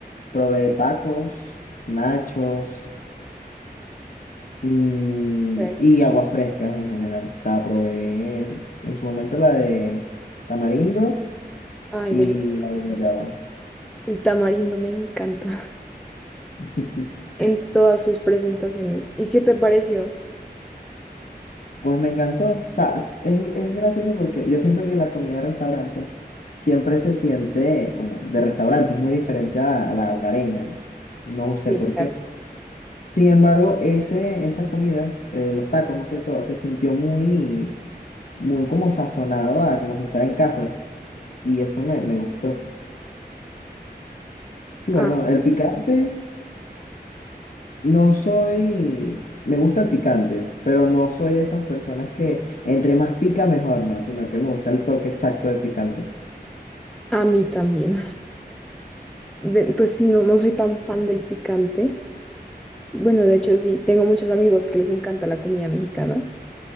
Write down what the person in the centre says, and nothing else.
ver.
Ay,
delicioso.
El tamarindo me encanta
<laughs> en todas sus presentaciones. ¿Y qué te pareció?
Sí,
claro.
Ah,
a mí también. <laughs> De- pues sí, no, no soy tan fan del picante. Bueno, de hecho sí, tengo muchos amigos que les encanta la comida mexicana.